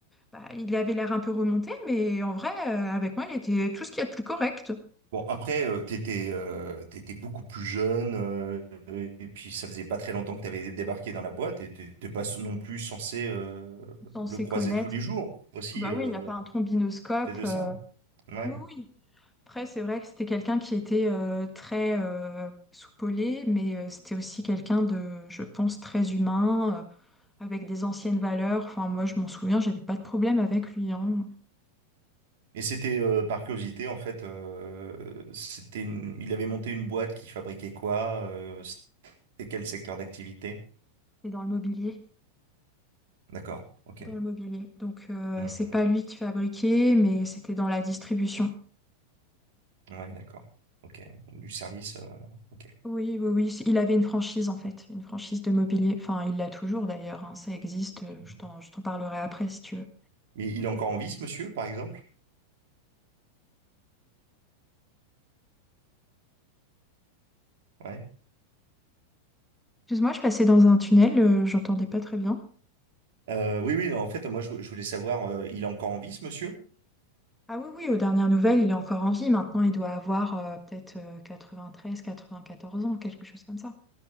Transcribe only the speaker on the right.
Bon, après, euh, t'étais, euh, t'étais beaucoup plus jeune, euh, et puis ça faisait pas très longtemps que t'avais débarqué dans la boîte, et t'es t'es pas non plus censé euh,
le croiser
tous les jours aussi,
euh,
peut-être de ça.
Ouais.
Et c'était euh, par curiosité, en fait, euh, c'était une- il avait monté une boîte qui fabriquait quoi, euh, c'était quel secteur d'activité?
D'accord, ok.
Mhm.
Ouais, d'accord. Ok, du service, euh, ok.
Mhm.
Mais il est encore en vie, ce monsieur, par exemple? Ouais.
Euh, oui, oui, non, en fait, moi, je, je voulais savoir, euh, il est encore en vie, ce monsieur?